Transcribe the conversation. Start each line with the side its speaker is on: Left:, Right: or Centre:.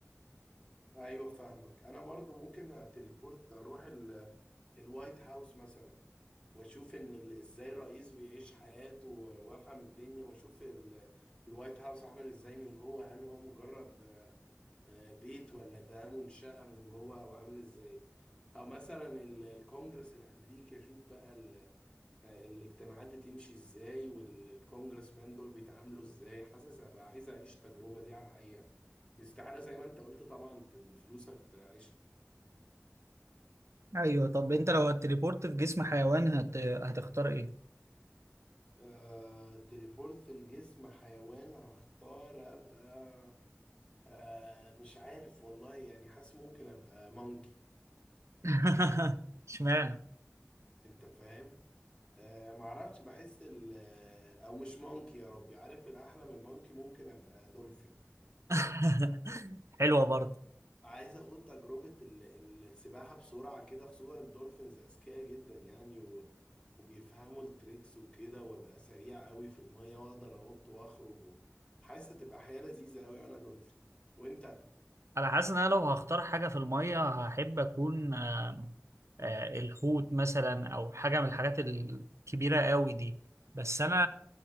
Left: ايوه فاهمك انا برضو ممكن اتليبورت اروح ال- الوايت هاوس مثلا واشوف ان ال- ازاي الرئيس بيعيش حياته و- وافهم الدنيا واشوف ال- الوايت هاوس عامل ازاي من جوه هل هو مجرد آه، بيت ولا ده منشأة من جوه او عامل ازاي او مثلا ال- الكونجرس الامريكي اشوف بقى آه، الاجتماعات دي تمشي ازاي والكونجرس مان دول بيتعاملوا ازاي حاسس هبقى عايز اعيش التجربة دي على الحقيقة الاستعارة زي ما انت قلت طبعا ت- بفلوسك تعيشها
Right: ايوه طب انت لو هتليبورت في جسم حيوان هت... هتختار ايه
Left: آه، تليبورت الجسم حيوان هختار ابقى آه، مش عارف والله يعني حاسس ممكن ابقى مونكي
Right: <laughs> اشمعنى
Left: انت فاهم آه معرفش بحس ال- آه، او مش مونكي يا ربي عارف الاحلى من المونكي ممكن ابقى دولفين
Right: <laughs> حلوة برضه
Left: عايز اخد تجربة ال- ال- السباحة بسرعة كده خصوصا الدولفينز اذكياء جدا يعني و... وبيفهموا التريكس وكده وابقى سريع قوي في المية واقدر انط واخرج و... حاسس هتبقى حياة لذيذة قوي وانا دولفين وانت
Right: أنا حاسس إن أنا لو هختار حاجة في المية هحب أكون آه، آه، الحوت مثلا أو حاجة من الحاجات الكبيرة قوي دي بس أنا